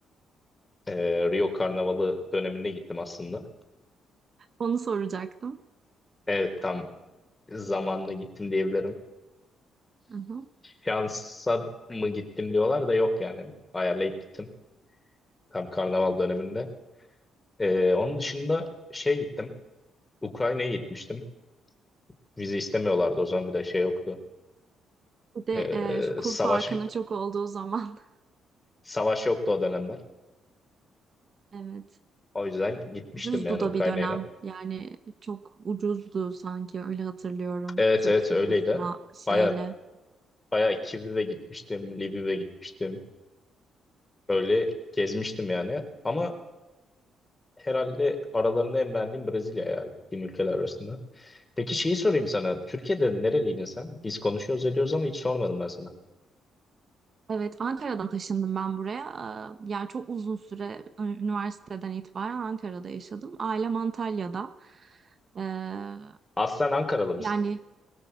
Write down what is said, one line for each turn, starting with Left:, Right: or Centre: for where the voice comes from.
Left: Ee, Rio Karnavalı döneminde gittim aslında.
Right: Onu soracaktım.
Left: Evet tam zamanla gittim diyebilirim.
Right: Hı hı.
Left: Şansa mı gittim diyorlar da yok yani. Ayarlayıp gittim tam karnaval döneminde. Ee, onun dışında şey gittim. Ukrayna'ya gitmiştim. Vize istemiyorlardı o zaman bir de şey yoktu.
Right: Bir de
Left: Ee,
Right: e, şu kur
Left: savaş
Right: farkının çok olduğu zaman. <laughs>
Left: savaş yoktu o dönemler.
Right: Evet.
Left: O yüzden gitmiştim
Right: Ucuzdu
Left: yani
Right: da
Left: Ukrayna'ya
Right: bir dönem.
Left: da.
Right: Yani çok ucuzdu sanki öyle hatırlıyorum.
Left: Evet
Right: Türk
Left: evet öyleydi.
Right: lirasına şeyle.
Left: Bayağı Bayağı Kiev'e gitmiştim, Lviv'e gitmiştim. Böyle gezmiştim yani. Ama herhalde aralarında en beğendiğim Brezilya ya gittiğim ülkeler arasında. Peki şeyi sorayım sana. Türkiye'de nereliydin sen? Biz konuşuyoruz ediyoruz ama hiç sormadım ben sana.
Right: Evet, Ankara'dan taşındım ben buraya. Ee, Yani çok uzun süre ü- üniversiteden itibaren Ankara'da yaşadım. Ailem Antalya'da. Ee,
Left: Aslen Ankaralı mısın?
Right: yani